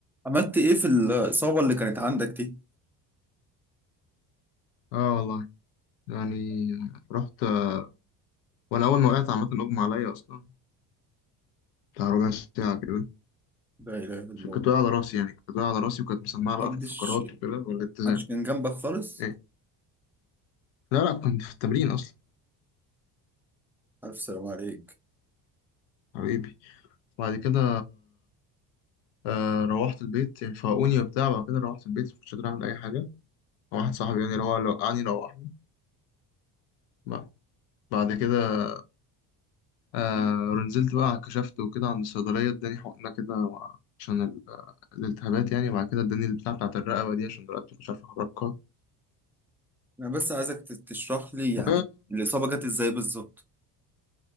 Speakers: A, in the centre; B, on the left.
A: عملت ايه في الإصابة اللي كانت عندك دي؟
B: اه والله يعني رحت آه، وانا اول ما وقعت عامه اغمى عليا اصلا بتاع ربع ساعه كده
A: لا إله إلا الله
B: عشان كنت واقع على راسي يعني كنت واقع على راسي وكانت مسمعه
A: محدش
B: بقى في الفقرات وكده والاتزان
A: محدش كان جنبك خالص
B: ايه لا لا كنت في التمرين اصلا
A: ألف سلام عليك
B: حبيبي بعد كده آه روحت البيت يعني فاقوني وبتاع بعد كده روحت البيت مش قادر اعمل اي حاجه واحد صاحبي يعني روح وقعني روحني بقى. بعد كده آه ونزلت بقى كشفت وكده عند الصيدلية اداني حقنة كده مع- عشان ال- الالتهابات يعني وبعد كده اداني البتاع بتاعت الرقبة دي عشان رقبتي مش عارف أحركها
A: أنا بس عايزك ت- تشرح لي يعني
B: و...
A: الإصابة جت إزاي بالظبط؟